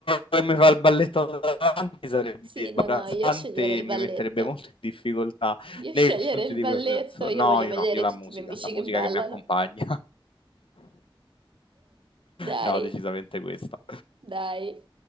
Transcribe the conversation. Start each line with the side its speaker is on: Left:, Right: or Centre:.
Left: che mi fa il balletto davanti sarebbe
Right: Sì, no,
Left: imbarazzante
Right: no, io sceglierei il
Left: e mi
Right: balletto.
Left: metterebbe molto in difficoltà
Right: Io
Left: nei
Right: sceglierei
Left: confronti
Right: il
Left: di
Right: balletto,
Left: quelle persone.
Right: io
Left: No,
Right: voglio
Left: io
Right: vedere
Left: no, io la
Right: tutti
Left: musica,
Right: i miei amici
Left: la musica
Right: che ballano.
Left: che mi accompagna. <laughs>
Right: Dai,
Left: No, decisamente questa.
Right: dai.